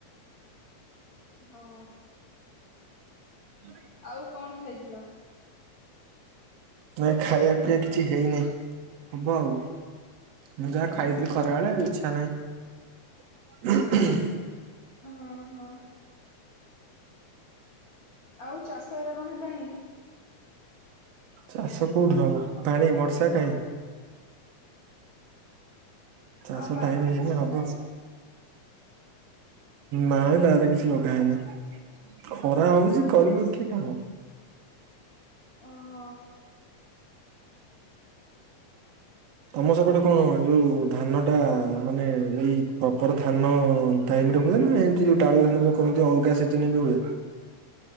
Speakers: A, on the left; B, on the right.
A: ହଁ।
B: ହୁଁ
A: ଆଉ କଣ ଖାଇଥିଲ?
B: ନାଇ ଖାଇବା ପିଇବା କିଛି ହେଇନି ହବ ଆଉ। ମୁଁ ଯାହା ଖାଇଥିଲି
A: ଓହୋ
B: ଖରା ବେଳେ ଆଉ ଇଚ୍ଛା ନାହିଁ।
A: ହୁଁ ହଁ। ଆଉ ଚାଷ ହୋର କଣ ହେଲାଣି?
B: ଚାଷ କେଉଁଠୁ ହେବ ପାଣି ବର୍ଷା କାହିଁ। ଚାଷ
A: ଆଉ ବାରିରେ
B: ଟାଇମ ହେଇନି
A: କିଛି ଲଗାହେଇନି
B: ହବ। ନାଇଁ ନାରେ କିଛି ଲଗା ହେଇନି ଖରା ହଉଛି କରିବ କିଏ କାମ।
A: ଓହୋ।
B: ତମ ସେପଟେ କଣ ଏ ଯୋଉ ଧାନ ଟା ମାନେ ଏଇ ପ୍ରପର ଧାନ ଟାଇମରେ ହୁଏ ନା ଏମତି ଯଉ ଟାଳ ଧାନ ଯଉ କରନ୍ତିଲଗା ସେଦିନ ବି ହୁଏ।